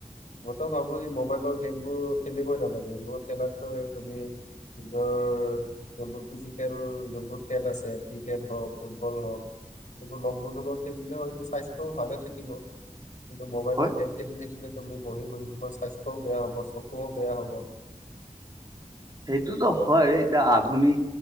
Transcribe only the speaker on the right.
হয়
সেইটোতো হয় এতিয়া আধুনিক